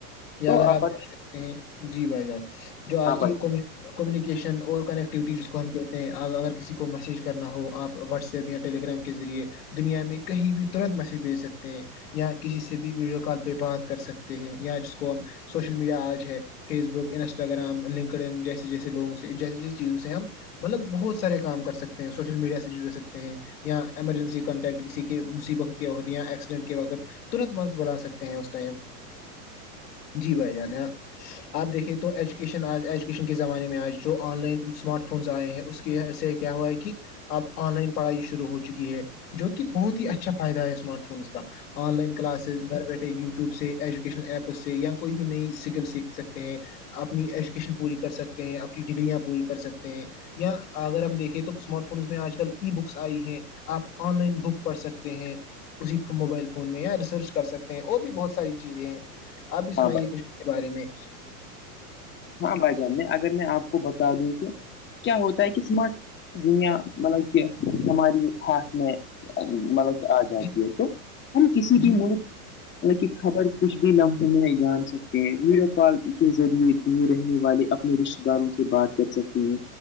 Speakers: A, on the left; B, on the left.
A: یا
B: تو
A: اگر
B: آپ ب
A: دیکھ سکتے جی بھائی جان جو آج کیمی
B: بھائی
A: کمیونیکیشن اور کنیکٹیوٹی جس کو ہم کہتے ہیں اگر کسی کو میسج کرنا ہو آپ واٹسپ یا ٹیلی گگرام کے ذریعے دنیا میں کہیں بھی ترت میسیج بھیج سکتے ہیں یااں کسی سے بھی ویڈیو کال پہ بات کر سکتے ہیں یا جس کو ہم سوشل میڈیا آج ہے Facebook Instagram LinkedIn جیسے جیسے لوگوں سے جیسی جیسی چیزوں سے ہم مطلب بہت سارے کام کر سکتے ہیں سوشل میڈیا سے جڑ سکتے ہیں یا ایمرجنسی کانٹیکٹ کسی کے مصیبت کے وقت یا ایکسیڈنٹ کے وقت ترنت مت بلا سکتے ہیں اس ٹائم جی بھائی جان ہاں آپ دیکھیے تو ایجوکیشن آج ایجوکیشن کے زمانے میں آج جو آن لائن اسمارٹ فونس آئے ہیں اس کے سے کیا ہوا ہے کہ اب آن لائن پڑھائی شروع ہو چکی ہے جو کہ بہت ہی اچھا فائدہ ہے اسمارٹ فونس کا آن لائن کلاسز بیٹھے یوٹیوب سے ایجوکیشن ایپ سے یا کوئی بھی نئی سگل سیکھ سکتے ہیں اپنی ایجوکیشن پوری کر سکتے ہیں اپنی ڈگریاں پوری کر سکتے ہیں یا اگر ہم دیکھیں تو اسمارٹ فونس میں آج کل ای بکس آئی ہیں آپ آن لائن بک پڑھ سکتے ہیں اسی موبائل فون میں یا ریسرچ کر سکتے ہیں اور بھی بہت ساری چیزیں ہیں آپ بھی سنائیے
B: ہاں
A: کچھ کے بارے میں
B: ہاں بھائی جانے اگر میں آپ کو بتا دوں تو کیا ہوتا ہے کہسم دنیا مطلب کہ ہماری ہاتھ میں مطلب کہ آ جاتی
A: جی،
B: ہے تو ہم کسی
A: جی،
B: بھی ملک ان کی خبر کچھ بھی لمحے میں جان سکتے ہیں ویڈیو کال کے ذریعے رہنے والے اپنے رشتے داروں سے بات کر سکتے ہیں